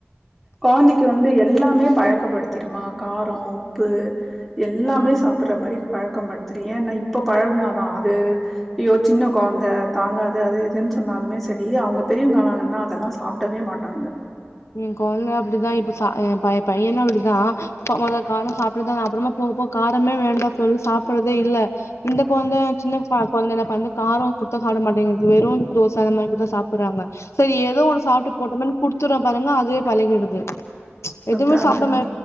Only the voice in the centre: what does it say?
கொழந்தைக்கு வந்து எல்லாமே பழக்கப்படுத்திருமா காரோ உப்பு எல்லாமே
சாப் பற மாறி பழக்கம் படுத்துறு ஏனா இப்ப பழகுனாதா அது ஐயோ சின்ன கொழந்த தாங்காது அது இதுன்னு சொன்னாலுமே செரி அவுங்க பெரியவங்கானாங்கன்னா அதெல்லா சாப்டவே மாட்டாங்க
அதா
அதா